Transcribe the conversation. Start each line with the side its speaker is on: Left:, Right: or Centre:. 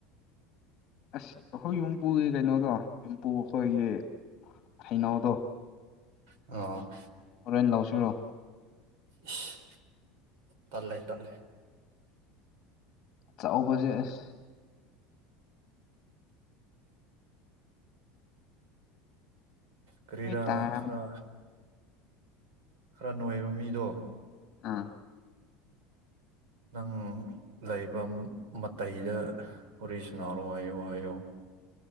Left: ꯑꯁ ꯑꯩꯈꯣꯏ ꯌꯨꯝꯄꯨꯒꯤ ꯀꯩꯅꯣꯗꯣ ꯌꯨꯝꯄꯨ ꯑꯩꯈꯣꯏꯒꯤ ꯍꯩꯅꯧꯗꯣ
Right: ꯑꯣ
Left: ꯍꯣꯔꯦꯟ ꯂꯧꯁꯤꯔꯣ
Right: ꯏꯁ ꯇꯜꯂꯦ ꯇꯜꯂꯦ
Left: ꯆꯥꯎꯕꯖꯦ ꯑꯁ
Right: ꯀꯔꯤꯔꯥ
Left: ꯅꯣꯏ ꯇꯥꯔꯝ
Right: ꯈꯔ ꯈꯔ ꯅꯣꯏꯕ ꯃꯤꯗꯣ
Left: ꯑꯥ
Right: ꯅꯪ ꯂꯩꯕ ꯃꯇꯩꯗ ꯋꯥꯔꯤ ꯁꯅꯔꯣ ꯍꯥꯏꯑꯣ ꯍꯥꯏꯑꯣ